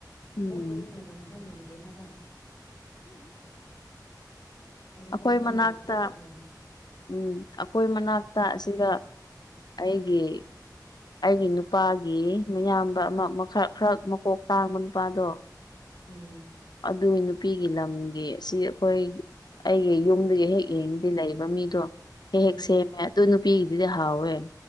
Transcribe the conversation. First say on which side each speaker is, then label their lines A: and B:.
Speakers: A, on the left; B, on the left.
A: ꯎꯝ
B: ꯑꯣꯛ ꯃꯔꯤꯟ ꯃꯅꯝ ꯫ <unintelligible> ꯅꯝꯗꯦ ꯍꯥꯏꯕ꯫ ꯑꯗꯨꯗꯒꯤ
A: ꯑꯩꯈꯣꯏ
B: ꯑꯩ
A: ꯃꯅꯥꯛꯇ
B: ꯌꯥꯝ ꯇꯨꯀꯠꯆꯕꯅꯤ
A: ꯎꯝ ꯑꯩꯈꯣꯏ ꯃꯅꯥꯛꯇ ꯑꯁꯤꯗ꯫ ꯑꯩꯒꯤ ꯑꯩꯒꯤ ꯅꯨꯞ꯫ ꯅꯨꯄꯥꯒꯤ ꯃꯌꯥꯝꯕ ꯑꯃ ꯈꯔ ꯈꯔ ꯃꯀꯣꯛ ꯇꯥꯡꯕ ꯅꯨꯄꯥꯗꯣ꯫
B: ꯎꯝ꯫
A: ꯑꯗꯨꯏ ꯅꯨꯄꯤꯒꯤ ꯂꯝꯒꯤ ꯁꯤ ꯑꯩꯈꯣꯏ ꯑꯩꯒꯤ ꯌꯨꯝ꯫ ꯑꯗꯨꯒꯤ ꯍꯦꯛ ꯌꯦꯡꯉꯤꯗꯤ ꯂꯩꯕ ꯃꯤꯗꯣ ꯍꯦꯛ
B: ꯎꯝ
A: ꯍꯦꯛ
B: ꯎꯝ
A: ꯁꯦꯝꯃꯦ ꯑꯗꯨ ꯅꯨꯄꯤꯒꯤꯗꯨꯗꯤ ꯍꯥꯎꯋꯦ꯫